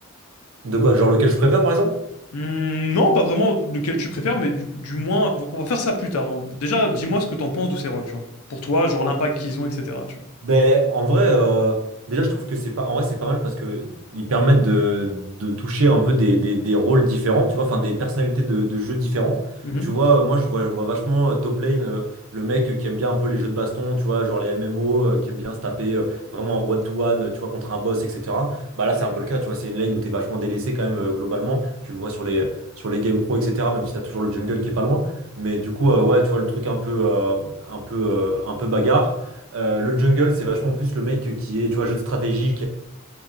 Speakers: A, on the right; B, on the left.
A: De quoi, genre lequel je préfère, par exemple?
B: Hmm, non, pas vraiment lequel tu préfères, mais du, du moins, on va faire ça plus tard. hein. Déjà, dis-moi ce que t'en penses de ces rôles, tu vois. Pour toi, genre l'impact qu'ils ont, etc. Tu
A: Ben, en vrai, euh, déjà, je trouve que c'est pas, en vrai, c'est pas mal parce que ils permettent de, de toucher un peu des, des, des rôles différents, tu vois, enfin, des personnalités de, de jeux différents.
B: vois. Mhm.
A: Tu vois, euh, moi, je vois, je vois vachement euh, Top Lane, euh, le mec qui aime bien un peu les jeux de baston, tu vois, genre les MMO, euh, qui aime bien se taper euh, vraiment en one-to-one, euh, tu vois, contre un boss, etc. Bah là, c'est un peu le cas, tu vois, c'est une lane où t'es vachement délaissé quand même, euh, globalement. Tu le vois sur les, sur les games pro, etc., même si t'as toujours le jungle qui est pas loin. Mais du coup, euh, ouais, tu vois, le truc un peu, euh, un peu, euh, un peu bagarre. Euh, le jungle, c'est vachement plus le mec qui est, tu vois, jeu de stratégie,